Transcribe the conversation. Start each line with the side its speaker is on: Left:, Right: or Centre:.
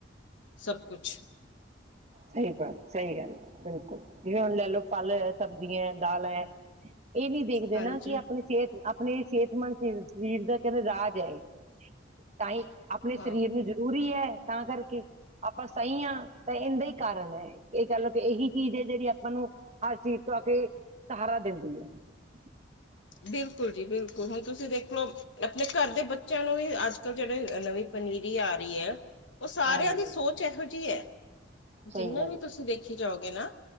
Left: ਸਭ, ਕੁਛ।
Right: ਸਹੀ ਗੱਲ ਸਹੀ ਗੱਲ ਬਿਲਕੁਲ, ਵੀਰੇ ਲੈ ਲਓ ਫਲ ਐ, ਸਬਜੀਆਂ ਐ, ਦਾਲ ਐ। ਇਹ ਨਹੀਂ ਦੇਖਦੇ
Left: ਹਾਂਜੀ
Right: ਨਾ, ਕਿ ਆਪਣੀ ਸਿਹਤ, ਆਪਣੇ ਸਿਹਤ ਮੰਤਰੀ <unintelligible> ਵੀਰ ਦਾ ਤੈਨੂੰ ਰਾਜ ਹੈ। ਤਾਂ, ਹੀ ਆਪਣੇ
Left: ਹਾਂ
Right: ਸਰੀਰ ਨੂੰ ਜਰੂਰੀ ਹੈ। ਤਾਂ ਕਰਕੇ, ਆਪਾਂ ਸਹੀ ਹਾਂ। ਤਾਂ ਇੰਦੇ ਹੀ। ਕਾਰਨ ਹੈ। ਇਹ ਕਹਿ ਲਓ ਕਿ ਇਹੀ ਚੀਜ਼ ਹੈ, ਜਿਹੜੀ ਆਪਾਂ ਨੂੰ, ਹਰ ਚੀਜ਼ ਤੋਂ, ਆ ਕੇ ਸਹਾਰਾ ਦਿੰਦੀ ਹੈ। ਹੂੰ।
Left: ਬਿਲਕੁਲ ਜੀ ਬਿਲਕੁਲ, ਹੁਣ ਤੁਸੀਂ ਦੇਖਲੋ, ਆਪਣੇ ਘਰ ਦੇ ਬੱਚਿਆਂ ਨੂੰ ਵੀ ਅੱਜ ਕੱਲ, ਜਿਹੜੇ ਨਵੀਂ ਪਨੀਰੀ ਆ ਰਹੀ ਹੈ। ਉਹ ਸਾਰਿਆਂ
Right: ਹਾਂਜੀ
Left: ਦੀ ਸੋਚ ਇਹੋ ਜਿਹੀ ਹੈ।
Right: ਸਹੀ
Left: ਜਿੰਨੇ
Right: ਗੱਲ
Left: ਵੀ
Right: ਹੈ
Left: ਤੁਸੀਂ ਦੇਖੀ ਜਾਓਗੇ ਨਾ,